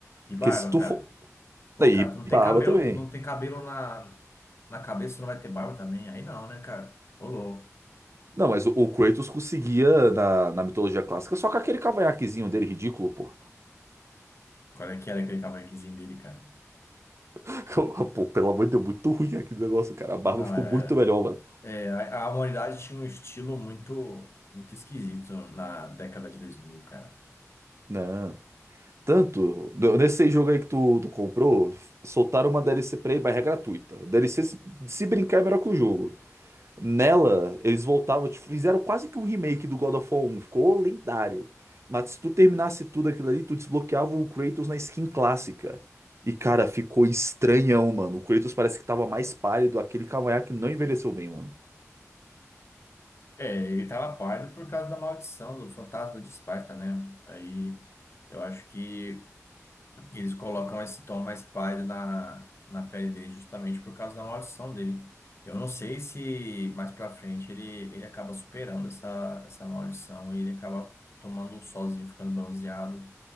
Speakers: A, on the left (about 55°); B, on the right (about 60°).
A: E barba,
B: Porque se tu
A: cara.
B: for.
A: Pô,
B: Daí,
A: cara, tu não tem
B: barba
A: cabelo,
B: também.
A: não tem cabelo na, na cabeça, tu não vai ter barba também? Aí não, né, cara? Ô, louco.
B: Não, mas o, o Kratos conseguia, na, na mitologia clássica, só com aquele cavanhaquezinho dele ridículo, pô.
A: Qual é que era aquele cavanhaquezinho dele, cara?
B: <laughs> Pô, pelo amor de Deus, muito ruim aquele negócio, cara. A barba
A: Não,
B: ficou
A: era.
B: muito melhor, mano.
A: É, a, a humanidade tinha um estilo muito, muito esquisito na década de dois mil cara.
B: Não. Tanto, n- nesse jogo aí que tu, tu comprou, soltaram uma DLC pra ele, mas é gratuita. DLC, se, se brincar, é melhor que o jogo. Nela, eles voltavam, tipo, fizeram quase que um remake do God of War um ficou lendário. Mas se tu terminasse tudo aquilo ali, tu desbloqueava o Kratos na skin clássica. E cara, ficou estranhão, mano. O Kratos parece que tava mais pálido, aquele cavanhaque não envelheceu bem, mano.
A: É, ele tava pálido por causa da maldição do fantasma de Esparta, né? Aí eu acho que Eles colocam esse tom mais pálido na, na pele dele justamente por causa da maldição dele. Eu não sei se mais pra frente ele, ele acaba superando essa, essa maldição e ele acaba tomando um solzinho, ficando bronzeado.